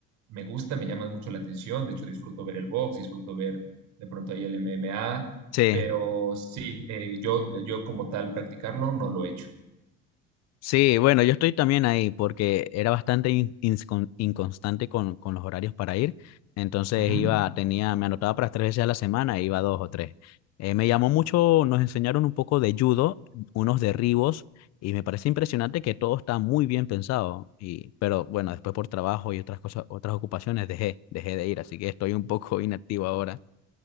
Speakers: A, on the right; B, on the left.
A: Me gusta, me llama mucho la atención. De hecho, disfruto ver el box, disfruto ver de pronto ahí el MMA,
B: sí,
A: pero sí, eh, yo, yo como tal practicarlo no lo he hecho.
B: sí, bueno, yo estoy también ahí porque era bastante in- inscon- inconstante con, con los horarios para ir, entonces
A: Ujú,
B: iba, tenía, me anotaba para tres veces a la semana e iba dos o tres. Eh, me llamó mucho, nos enseñaron un poco de judo, unos derribos, y me parece impresionante que todo está muy bien pensado, y, pero bueno, después por trabajo y otras cosas, otras ocupaciones dejé, dejé de ir, así que estoy un poco <laughs> inactivo ahora.